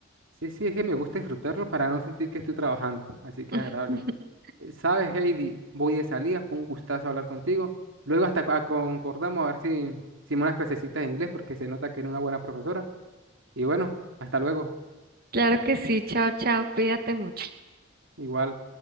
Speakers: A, on the right; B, on the right.
A: Sí, sí, es que me gusta disfrutarlo para no sentir que estoy trabajando. Así que
B: <laughs>
A: agradable. Eh, Sabes, Heidi, voy de salida, fue un gustazo hablar contigo. Luego hasta co- ah, concordamos a ver si, si unas clasecitas de inglés, porque se nota que eres una buena profesora. Y bueno, hasta luego.
B: Claro que sí, chao, chao, cuídate mucho.
A: Igual.